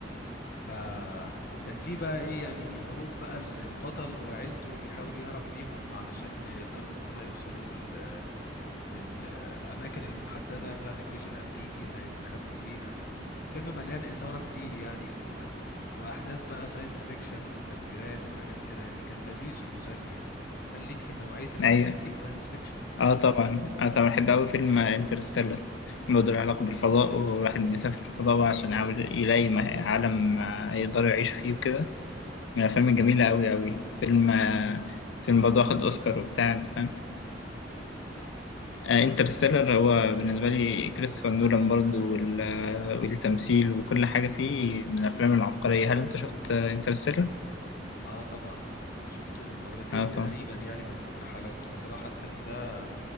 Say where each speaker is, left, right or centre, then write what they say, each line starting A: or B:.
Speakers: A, on the left (about 55°); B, on the left (about 80°).
A: فكان في بقى ايه يعني هروب بقى ال- البطل وعيلته بيحاول يهرب بيهم علشان يقدروا ان هم يوصلوا لل للأماكن المحددة بتاعة الجيش الأمريكي اللي هيستخبوا فيها فيلم مليان إثارة كتير يعني و... وأحداث بقى ساينس فيكشن وتدميرات وحاجات كده يعني كان لذيذ ومسلي يعني هل ليك في نوعية الأفلام
B: ايوه
A: دي الساينس فيكشن؟
B: اه طبعا اه طبعا بحب قوي فيلم انترستيلر الموضوع له علاقة بالفضاء والواحد بيسافر الفضاء بقى عشان يحاول يلاقي م- عالم آه، يقدروا يعيشوا فيه وكده من الافلام الجميلة قوي قوي فيلم آه، فيلم برضه واخد اوسكار وبتاع انت فاهم انترستيلر هو بالنسبة لي كريستوفر نولان برضو وال- آه، والتمثيل وكل حاجة فيه من الأفلام العبقرية هل أنت شفت انترستيلر؟
A: آه طبعا شفته مرتين
B: آه
A: تقريبا
B: طبعا
A: يعني من كتر حلاوته بصراحة الفيلم ده